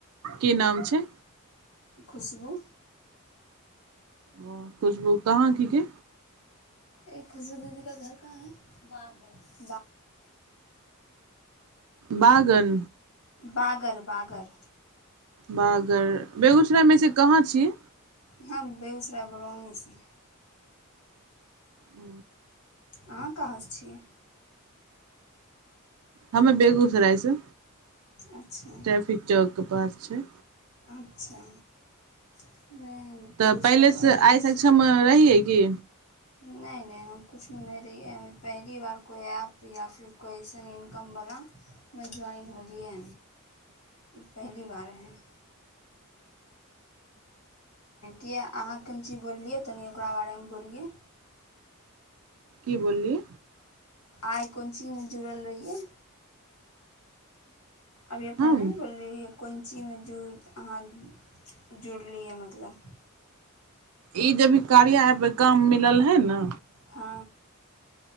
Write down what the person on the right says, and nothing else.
की नाम छै।
ओ खुशबु कहाँ की के
बागल।
बागर। बेगूसरायमे से कहाँ छी
ह।
हमे बेगूसराय से।
ट्रैफिक जक। कपास छै।
तऽ पहिले
से आइ सक्षम रहियै कि।
कि बोलइ।
हम
ई ज भी कार्य काम म। मिलल हइ ने।